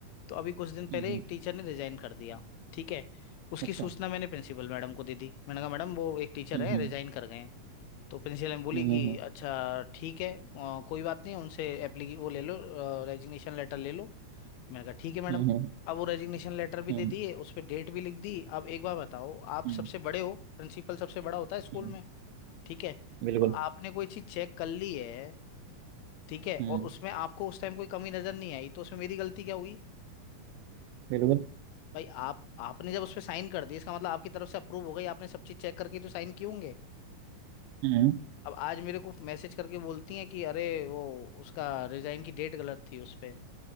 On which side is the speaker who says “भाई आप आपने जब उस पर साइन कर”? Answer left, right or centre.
Left